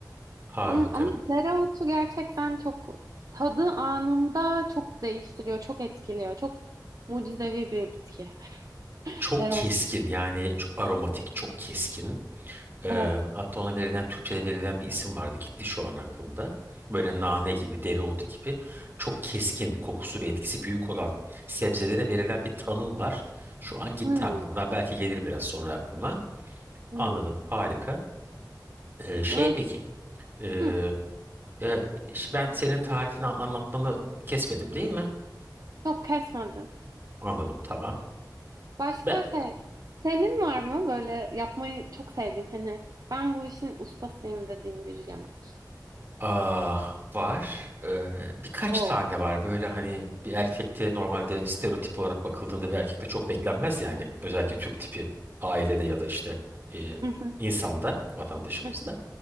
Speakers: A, on the right (about 30°); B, on the right (about 55°).
A: harika.
B: Hmm, ama dereotu gerçekten çok tadı anında çok değiştiriyor, çok etkiliyor. Çok mucizevi bir bitki.
A: Çok
B: Dereotu.
A: keskin yani çok aromatik, çok keskin. Ee,
B: Evet.
A: hatta ona verilen Türkçe'de verilen bir isim vardı. Gitti şu an aklımda. Böyle nane gibi, dereotu gibi çok keskin, kokusu ve etkisi büyük olan sebzelere verilen bir tanım var. Şu an gitti
B: Hmm,
A: aklımdan. Belki gelir biraz sonra aklıma.
B: hmm.
A: Anladım. Harika. Ee, şey
B: Ve-
A: peki, ee,
B: hmm,
A: e, ş- ben senin tarifini an- anlatmanı kesmedim değil mi?
B: Yok kesmedin.
A: Anladım. Tamam.
B: Başka
A: Ben
B: şey, senin var mı böyle yapmayı çok sevdiğin hani ben bu işin ustasıyım dediğin bir yemek?
A: Ah, var. Ee, birkaç
B: Oo.
A: tane var. Böyle hani bir erkekte normalde stereotip olarak bakıldığında bir erkekte çok beklenmez yani. Özellikle Türk tipi ailede ya da işte e,
B: Hı hı,
A: insanda, vatandaşımızda.
B: hı hı.